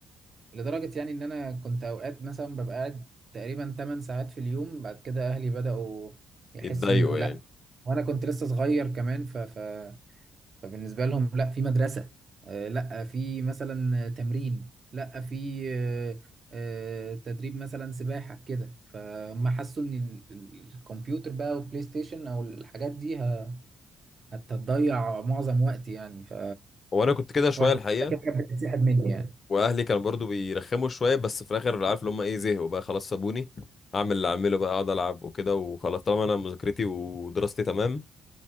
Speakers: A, on the right; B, on the left.
A: لدرجه يعني ان انا كنت اوقات مثلا ببقى قاعد تقريبا 8 ساعات في اليوم بعد كده اهلي بداوا يحسوا
B: يتضايقوا
A: انه
B: يعني
A: لا وانا كنت لسه صغير كمان ف... ف... فبالنسبه لهم لا في مدرسه آه، لا في مثلا تمرين لا في آه، آه، تدريب مثلا سباحه كده فهم حسوا ان ال- ال- الكمبيوتر بقى والبلاي ستيشن او الحاجات دي ه- هتضيع معظم وقتي يعني ف
B: هو انا كنت كده شويه
A: واحدة
B: الحقيقه
A: كده كانت بتتسحب مني يعني
B: واهلي كانوا برضو بيرخموا شويه بس في الاخر عارف اللي هم ايه زهقوا بقى خلاص سابوني اعمل اللي اعمله بقى اقعد العب وكده وخلاص طالما انا مذاكرتي ودراستي تمام